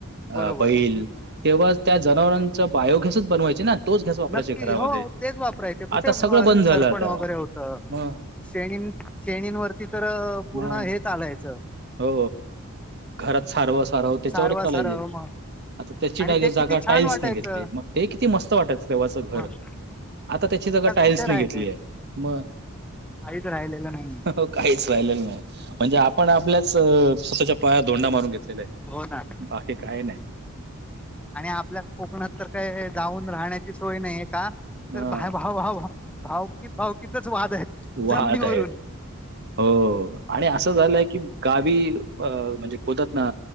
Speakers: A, on the right; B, in the centre.
A: अ
B: बरोबर
A: बैल, - तेव्हा त्या जनावरांचा बायोगॅसच बनवायचा. ना तोच गॅस वापरायच्या
B: नक्की
A: घरामध्ये
B: हो तेच वापरायचे कुठे
A: आता सगळं बंद झालं
B: सरपण
A: आता.
B: वगैरे होतं
A: मग
B: शेणी शेणींवरती तर पूर्ण
A: मग
B: हे चालायचं.
A: हो घरात सारवा-सारव त्याच्यावरच
B: सारवा
A: चालायचे.
B: सारव मग
A: आता त्याची
B: आणि
A: डागे
B: ते किती
A: जागा
B: छान
A: टाईल्सने
B: वाटायचं
A: घेतली मग ते किती मस्त वाटायच. तेव्हाच घर
B: मग
A: आता त्याची जागा टाइल्सने
B: कुठे राहिले
A: घेतली आहे. मग
B: काहीच राहिलेलं नाही.
A: अहो काहीच राहिलेलं नाही. म्हणजे आपण आपल्याच च स्वतःच्या पायावर धोंडा मारून घेतलेलाय.
B: हो ना.
A: बाकी काही नाही.
B: आणि आपल्या कोकणात तर काय जाऊन राहण्याची सोय नाहीये. का
A: ह
B: तर भा भाव भाव भाव भावकीत भावकीतच वादेत.
A: वाहत
B: जमनीवरून.
A: आहेत हो, आणि असं झालंय की गावी अ म्हणजे बोलतात ना